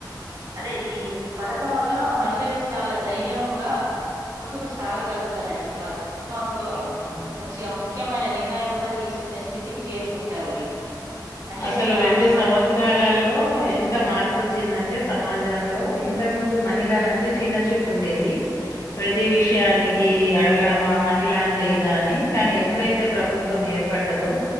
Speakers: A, on the right; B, on the left.
A: అదే ఈ పథకం వల్ల మహిళలకి చాలా ధైర్యంగా ముందుకు సాగగలుగుతారండి వారి కుటుంబంలో
B: అవును
A: మంచిగా ముఖ్యమైన నిర్ణయాలు కూడా తీసుకునే స్థితికి చేరుకుంటారు వీళ్ళు అంటే
B: అసలు
A: వీళ్ళ
B: రెండు
A: ఆత్మగ
B: సంవత్సరాలలో ఎంత మార్పు వచ్చిందంటే సమాజ ప్రజంలో ఇంతకు ముందు మహిళలంటే చిన్న చూపు ఉండేది ప్రతి విషయానికి అడగడంమా మహిళ అంటే ఇదా అని కానీ ఎప్పుడైతే ప్రభుత్వం ఏర్పడ్డదో